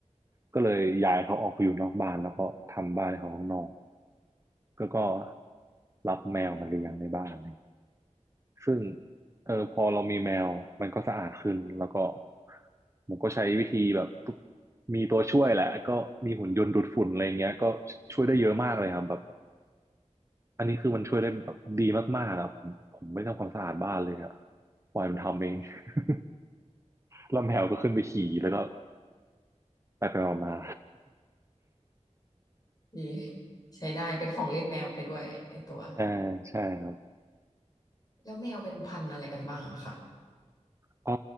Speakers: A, on the right; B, on the left.
A: ก็เลยย้ายเขาออกไปอยู่นอกบ้านแล้วก็ทำบ้านให้เขาข้างนอกก็ก็รับแมวมาเลี้ยงในบ้าน ซึ่งเออพอเรามีแมวมันก็สะอาดขึ้นแล้วก็ผมก็ใช้วิธีแบบมีตัวช่วยแหละก็มีหุ่นยนต์ดูดฝุ่นอะไรเงี้ยก็ช่วยได้เยอะมากเลยครับแบบอันนี้คือมันช่วยได้แบบดีมากๆครับผมผมไม่ทำความสะอาดบ้านเลยอะปล่อยมันทำเอง <laughs> แล้วแมวก็ขึ้นไปขี่แล้วก็ไปไปมา
B: ดีใช้ได้เป็นของเล่นแมวไปด้วยในตัว
A: ๆ <laughs> ใช่ใช่ครับ
B: แล้วแมวเป็นพันธุ์อะไรกันบ้างอะคะ
A: เออ